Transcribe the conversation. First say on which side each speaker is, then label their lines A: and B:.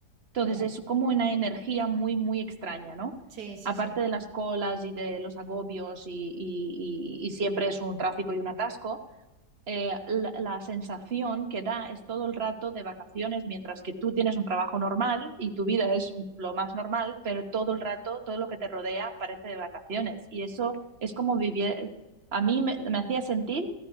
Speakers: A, on the right; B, on the right.
A: Entonces
B: ya,
A: es como una energía muy, muy extraña, ¿no?
B: sí, sí,
A: Aparte
B: sí,
A: de las colas y de los agobios y, y- y- y siempre es un tráfico y un atasco, eh, la, la sensación que da es todo el rato de vacaciones, mientras que tú tienes un trabajo normal y tu vida es lo más normal, pero todo el rato, todo lo que te rodea parece de vacaciones. Y eso es como vivir, a mí me, me hacía sentir